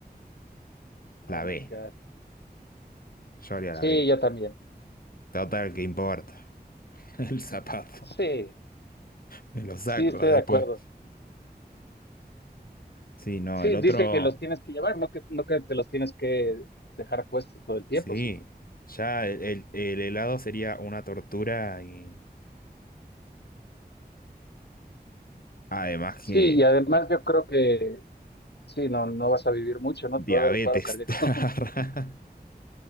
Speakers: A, on the left; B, on the left.
A: La
B: Oh
A: B.
B: my God.
A: Yo haría la
B: Sí,
A: B.
B: yo también.
A: Total, que importa. <laughs> El zapato.
B: Sí,
A: Me lo saco
B: sí, estoy
A: después.
B: de acuerdo.
A: Sí, no,
B: Sí,
A: el otro.
B: dice que los tienes que llevar, no que, no que te los tienes que dejar puestos todo el tiempo,
A: Sí.
B: sí.
A: Ya el, el- el helado sería una tortura y. Además que.
B: Sí, y además yo creo que sí, no, no vas a vivir mucho, ¿no? Te
A: Diabetes.
B: va a dar un paro cardíaco. <laughs>
A: <laughs>